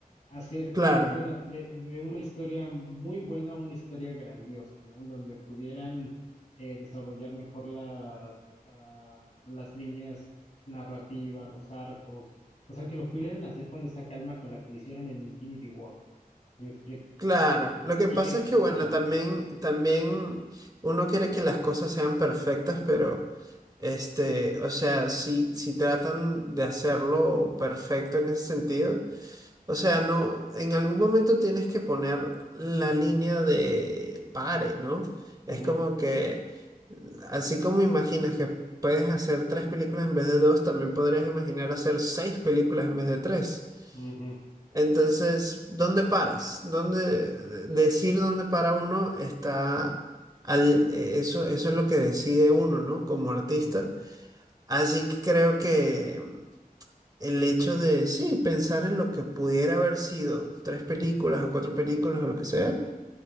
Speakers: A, on the left; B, on the right.
A: hacer
B: Claro,
A: que fuera de, de una historia muy buena a una historia grandiosa, ¿no? En donde pudieran eh, desarrollar mejor las, ah, las líneas narrativa, los arcos, o sea, que lo pudieran hacer con esa calma con la que lo hicieron en Infinity War, si me explico.
B: claro. Lo que
A: Y
B: pasa
A: que,
B: es que, bueno,
A: ajá,
B: también, también uno quiere que las cosas sean perfectas, pero, este, o sea, si, si tratan de hacerlo perfecto en ese sentido. O sea, no, en algún momento tienes que poner la línea de pare, ¿no?
A: ujú,
B: Es como que, así como imaginas que puedes hacer tres películas en vez de dos, también podrías imaginar hacer seis películas en vez de tres.
A: ujú,
B: Entonces, ¿dónde paras? ¿Dónde de- decir dónde para uno está al, eh, eso, eso es lo que decide uno, ¿no? Como artista.
A: ujú.
B: Así que creo que el hecho de, sí, pensar en lo que pudiera haber sido, tres películas o cuatro películas o lo que sea,